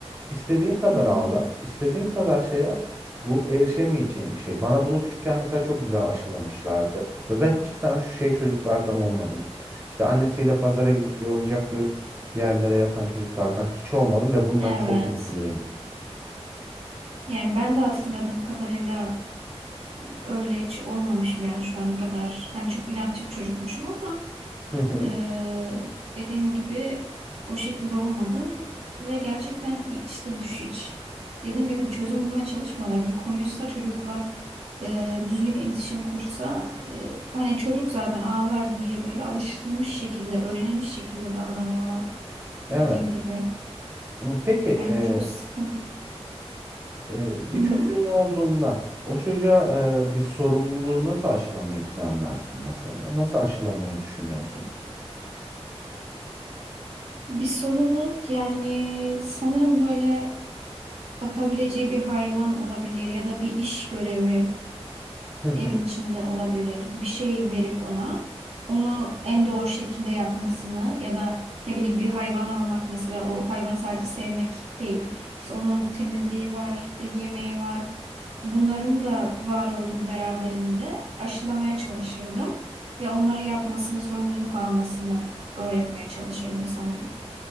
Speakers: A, on the right (about 25°); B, on the right (about 70°).
A: İstediğin kadar
B: Hı hı.
A: ağla, istediğin kadar şey yap. Bu erişemeyeceğim bir şey. Bana bunu küçükken mesela çok güzel aşılamışlardı ve ben hiçbir zaman şu şey çocuklardan olmadım. İşte annesiyle pazara gidip bir oyuncak görüp yerlere yatan çocuklardan hiç olmadım ve bundan
B: Evet.
A: çok mutluyum.
B: Yani ben de hatırladığım kadarıyla öyle hiç olmamışım yani şu ana kadar. Hani çok inatçı bir çocukmuşum ama
A: Hı hı.
B: eee, dediğim gibi o şekilde olmadım. Ve gerçekten işte düş hiç dediğim gibi bir çözüm bulmaya çalışmıyorlar. Bir konuşsa çocukla e, düzgün iletişim kursa e, hani çocuk zaten ağlar diye böyle alışılmış şekilde, öğrenilmiş şekilde davranıyorlar
A: Evet.
B: dediğin gibi.
A: Hı, Peki
B: Yani
A: e,
B: çok sıkıntı.
A: e, bir
B: Hı hı.
A: çocuğun olduğunda o çocuğa e, bir sorumluluğu nasıl aşılamayı planlarsın mesela? Nasıl aşılamayı düşünüyorsun?
B: Bir sorumluluk yani sanırım böyle bakabileceği bir hayvan olabilir ya da bir iş görevi
A: Hı
B: evin
A: hı.
B: içinde olabilir. Bir şey verip ona onu en doğru şekilde yapmasını ya da ne bileyim bir hayvan almak mesela o hayvanı sadece sevmek değil. İşte onun temizliği var, yemeği var. bunların da var olduğunu beraberinde aşılamaya çalışırdım ve onları yapmasını, sorumluluk almasını öğretmeye çalışırdım sanırım.